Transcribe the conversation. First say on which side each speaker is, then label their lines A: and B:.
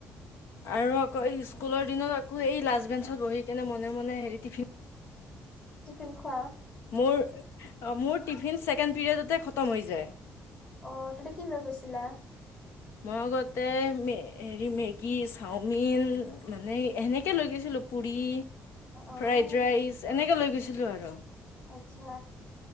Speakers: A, on the left; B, on the left.
A: আৰু আকৌ এই স্কুলৰ দিনত আকৌ এই লাষ্ট বেঞ্চত বহি কেনে মনে, মনে, হেৰি টিফিন
B: চিকেন খোৱা?
A: মোৰ, মোৰ টিফিন ছেকেণ্ড পিৰিয়ডতে খতম হৈ যায়।
B: অ', তুমি কি লৈ গৈছিলা?
A: মই আগতে মে হেৰি মেগী, চাওমিন মানে সেনেকে লৈ গৈছিলো পুৰি,
B: অ',
A: ফ্ৰাইড ৰাইচ এনেকৈ লৈ গৈছিলোঁ আৰু।
B: আচ্ছা।